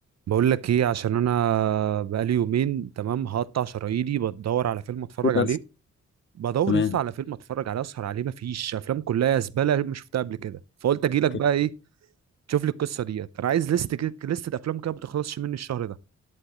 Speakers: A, on the right; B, on the left.
A: بقول لك ايه عشان انا بقالي يومين تمام هقطع شراييني بدور على فيلم اتفرج عليه
B: بس
A: بدور
B: تمام
A: يسطا على فيلم اتفرج عليه اسهر عليه مفيش افلام كلها زباله ما شفتها قبل كده فقلت اجي لك بقى
B: اوكي
A: ايه تشوف لي القصه ديت انا عايز ليست كده ليست افلام كده ما تخلصش مني الشهر ده